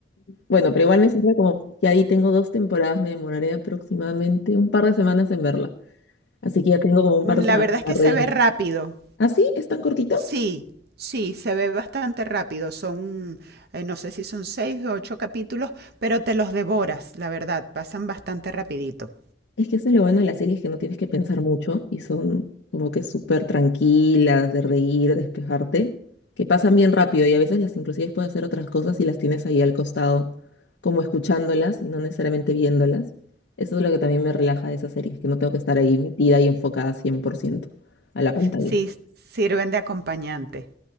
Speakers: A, on the left; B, on the right.
A: Bueno, pero igual me sirve como que ahí tengo dos temporadas, me demoraré aproximadamente un par de semanas en verla. Así que ya tengo como un
B: Mm,
A: par de
B: La
A: semanas
B: verdad es
A: para
B: que se
A: reírme.
B: ve rápido.
A: ¿Ah, sí? ¿Es tan cortita?
B: Sí, sí, se ve bastante rápido. Son, eh, no sé si son seis o ocho capítulos, pero te los devoras, la verdad, pasan bastante rapidito.
A: Es que eso es lo bueno de las series que no tienes que pensar mucho y son como que súper tranquilas, de reír, despejarte, que pasan bien rápido y a veces las inclusive puedes hacer otras cosas y las tienes ahí al costado, como escuchándolas y no necesariamente viéndolas. Eso es lo que también me relaja de esas series, que no tengo que estar ahí metida y enfocada 100% a la pantalla.
B: Sí, sirven de acompañante.